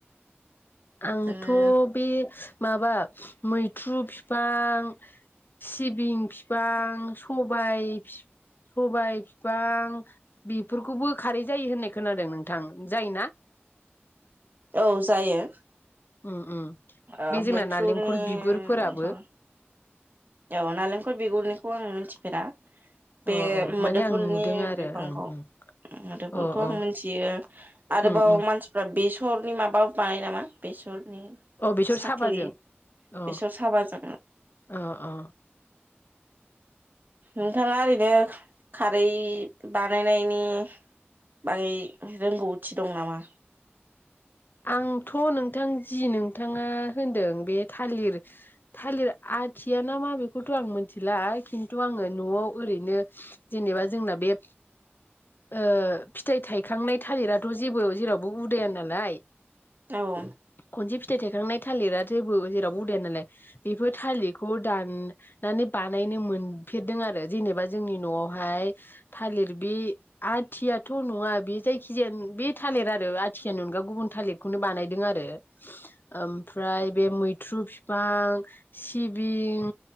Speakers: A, on the left; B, on the right.
A: आंथ'
B: जोङो
A: बे मा बा मैथ्रु फिफां सिबिं फिफां सबाय सबाय फिफां बेफोरखौबो खारै जायो होननाय खोनादों नोंथां। जायोना?
B: औ जायो।
A: उम उम
B: ओ
A: बे जोंना
B: मैथ्रुनि
A: नालेंखर बिगुरफोराबो
B: दंफां औ नालेंखर बिगुरनिखौ आं मिथिफेरा। बे
A: अ अ
B: मोदोमफुलनि
A: माने आं नुदों आरो
B: बिफांखौ
A: ओं ओं
B: मोदोमफुलखौ
A: अ
B: आं
A: अ
B: मिथियो आरोबाव
A: उम उम
B: मानसिफ्रा बे सम बेसरनि माबा बानायो नामा बेसर नि
A: अ बेसर
B: साख्लि
A: साबाजों अ
B: बेसर साबाजों
A: अ अ
B: नोंथाङा ओरैनो खारै बानायनायनि बागै रोंगौथि दं नामा?
A: आंथ' नोंथां जि नोंथाङा होनदों बे थालिर थालिर आथिया ना मा बेखौथ' आं मिथिला खिन्थु आङो न'आव ओरैनो जेनेबा जोंना बे ओ फिथाइ थायखांनाय थालिराथ' जेबो जेरावबो उदाया नालाय
B: औ ओ
A: खनसे फिथाइ थायखांनाय थालिराथो ओ जेरावबो उदाया नालाय बेफोर थालिरखौ दाननानै बानायनो मोनफेरदों आरो जेनेबा जोंनि न'आवहाय थालिर बे आथियाथ' नङा बे जायखिजाया बे थालिर आरो आथियानि अनगा गुबुन थालिरखौनो बानाय दों आरो ओमफ्राय बे मैथ्रु फिफां सिबिं